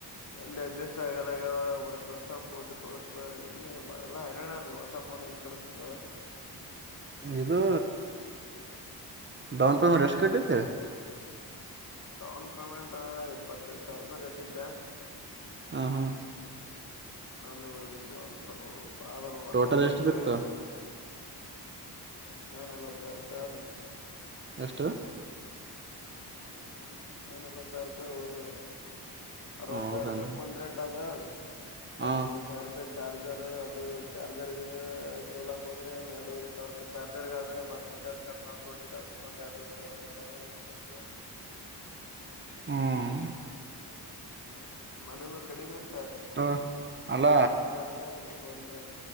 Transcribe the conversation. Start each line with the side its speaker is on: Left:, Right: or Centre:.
Left: ಎಲ್ಲಿ ಅಡ್ಜಸ್ಟ್ ಆಗಲ್ಲಗತ್ ಹೊಸ ಫೋಡ್ ಕೊಡಬ ಎಲ್ಲಿ ಹರಣ <unintelligible> ಅದ ಹೊಸ ಫೋನ್ ಎಲ್ಲಿ ಕೊಡುಸದೆ ಹೇಳು
Right: ಇದು ಡೌನ್ ಪೇಮೆಂಟ್ ಎಷ್ಟು ಕಟ್ಟಿದೇ
Left: ಡೌನ್ ಪೇಮೆಂಟ್ ಇಪ್ಪತ್ತೈದು ಸಾವಿರ ರೂಪಾಯಿ ಕಟ್ಟಿದ್ದೆ
Right: ಹಾ ಹಾ
Left: ಇನ್ನೊಂದು ಬೆಳದಿದ್ದೆ ಒಂದ್ಸಲ ಪಾ ಆಗಲ್ಲಾ ಮತ್ತೆ
Right: ಟೋಟಲ್
Left: ಇನ್ನ
Right: ಬಿತ್ತು
Left: ಎಷ್ಟು ಇನ್ನ ನಲವತ್ತು ಸಾವಿರ ರೂಪಾಯಿ ಅದೆ
Right: ಎಷ್ಟು
Left: ಹ್ಮ್ ಇನ್ನನ್ ನಲ್ವತ್ ಸಾವಿರ ರೂಪಾಯಿ ಹೋದು ಅರವತ್ತು
Right: ಹೌದಾನ
Left: ಸಾವಿರ ರೂಪಾಯಿ ಕೊಂಡ್ ರೇಟ್ ಅದ ಮತ್
Right: ಹ
Left: ಮೂರು ಸಾವ್ ರುಪಾಯಿ ಚಾರ್ಜ ಸರ್ ಅದು ಚಾರ್ಜರ್ ಗೆ ತಗೋಳಕೆ ಹೋದ್ರೆ ಅಂದ್ರೆ ಎರಡೂರೆ ಸಾವಿರ ರೂಪಾಯಿ ಚಾರ್ಜರ್ ಅದ ಮತ್ತ ಬಜಾರ್! ಕಟ್ಮಾದ್ಕೊಂಡಿದ್ದೆ ಅದಕ್ಕ ಒಂದ ಎರಡುವರೆ ಸಾವಿರ ರೂಪಾಯಿ ಫೈ ಬರ್ತದೆ
Right: ಹ್ಮ್
Left: ಹ್ಮ್ ಮೊದಲು ಕಡಿಮೆ ಇತ್
Right: ಹ ಅಲ್ಲ
Left: ರೂಪಾಯಿ ಅದ ಫೋನ್ ರೇಟ್